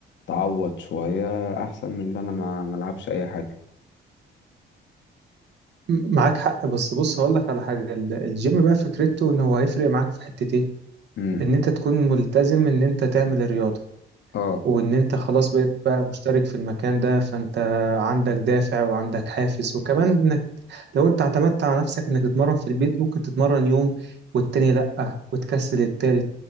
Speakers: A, on the left (about 65°); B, on the right (about 60°).
A: تعوض شويه احسن من ان انا ما ملعبش اي حاجه
B: م- معاك حق بس بص هقول لك على حاجة ال- الجيم بقى فكرته ان هو هيفرق معاك في حتة ايه
A: امم
B: ان انت تكون ملتزم ان انت تعمل الرياضة
A: اه
B: وان انت خلاص بقيت بقى مشترك في المكان ده فانت عندك دافع وعندك حافز وكمان لو انت اعتمدت على نفسك انك تتمرن في البيت ممكن تتمرن يوم والتاني لأ وتكسل التالت